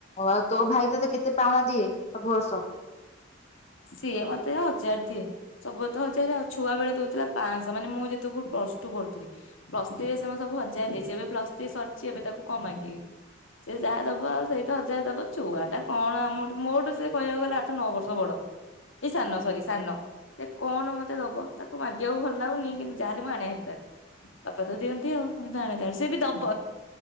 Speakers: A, on the left; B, on the left.
A: ହଉ ତୋ ଭାଇ ତତେ କେତେ ପାଉଣା ଦିଏ ସବୁ ବର୍ଷ
B: ସିଏ ମତେ ହଜାର ଦିଏ ସବୁ ତ ହଜାର ଆଉ ଛୁଆ ବେଳେ ଦଉଥିଲା ପାଞ୍ଚଶହ ମାନେ ମୁଁ ଯେତେ ପ୍ଲସ ଟୁ ପଢୁଥିଲି ପ୍ଲସ ଥ୍ରୀ ରେ ସେ ସବୁ ହଜାର ଦେଇଛି ଏବେ ପ୍ଲସ୍ ଥ୍ରୀ ସରିଛି ଏବେ ତାକୁ କଣ ମାଗିବି ସେ ଯାହା ଦବ ଆ ସେଇତ ହଜାର ଦବ ଛୁଆଟା କଣ ଆମର ମୋରଠୁ ସେ କହିବାକୁ ଗଲା ଆଠ ନଅ ବର୍ଷ ବଡ ଏଇ ସାନ ସରି ସାନ ସେ କଣ ମତେ ଦବ ତାକୁ ମାଗିବାକୁ ଭଲ ଲାଗୁନି କିନ୍ତୁ ଯାହାହେଲେ ମୁଁ ଆଣିବା ବାପା ତ ଦିଅନ୍ତି ଆଉ କିୁ ଆଣ ସେ ବି ଦବ